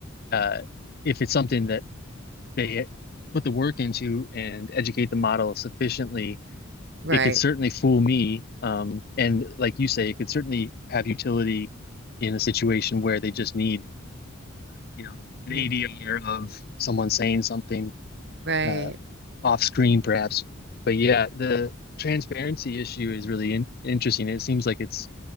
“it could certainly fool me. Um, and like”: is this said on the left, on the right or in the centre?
Left